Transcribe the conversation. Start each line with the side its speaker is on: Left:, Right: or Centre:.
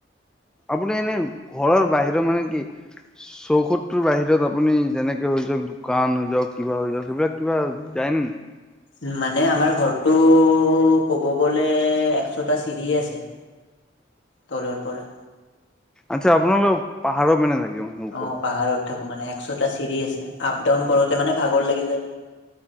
Centre: আপুনি এনে ঘৰৰ বাহিৰৰ মানে কি চৌহতটোৰ বাহিৰত আপুনি যেনেকে হৈ দোকান হৈ যাওক কিবা হৈ যাওক সেইবিলাক কিবা যায়নেে নাই?
Left: উম, মানে আমাৰ ঘৰটো ক'ব গ'লে একশটা চিৰি আছে। তলৰ পৰা।
Centre: আচ্ছা আপোনালোক পাহাৰৰ মানে থাকে মানে? ওপৰত
Left: অ' পাহাৰত থাকো মানে, একশটা চিৰি আছে আপ ডাউন কৰোতে মানে ভাগৰ লাগি যায়।